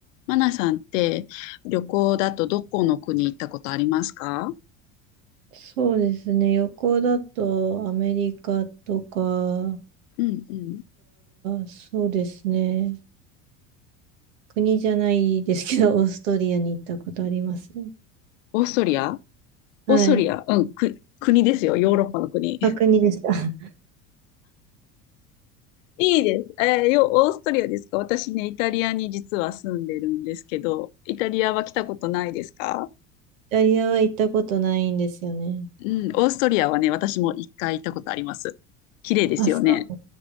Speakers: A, on the left; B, on the right.
A: マナさんって旅行だとどこの国行ったことありますか
B: そうですね。旅行だとアメリカとかは、
A: うんうん。
B: そうですね。国じゃないですけど、オーストリアに行ったことありますね。
A: オーストリア
B: はい。
A: オーストリアうん、く、国ですよ。ヨーロッパの国。<laughs>
B: あ、国でした。<laughs>
A: いいです。えー、よ、オーストリアですか私ね、イタリアに実は住んでるんですけど、イタリアは来たことないですか
B: イタリアは行ったことないんですよね。
A: うん、オーストリアはね、私も一回行ったことあります。綺麗ですよね。
B: あ、そう、